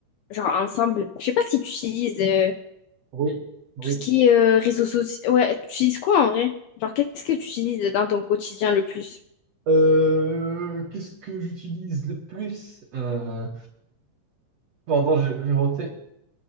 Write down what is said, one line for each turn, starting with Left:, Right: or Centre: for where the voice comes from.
Left: genre ensemble. Je sais pas si tu utilises euh,
Right: Oui, oui.
Left: tout ce qui est euh, réseaux sociaux. Ouais, tu utilises quoi en vrai? Genre qu'est-ce que tu utilises dans ton quotidien le plus?
Right: Euh, qu'est-ce que j'utilise le plus? Euh, pardon, j'ai j'ai roté.